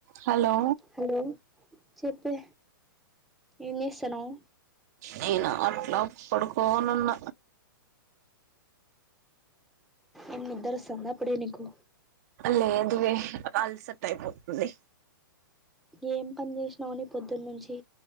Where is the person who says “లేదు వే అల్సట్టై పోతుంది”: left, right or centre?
Right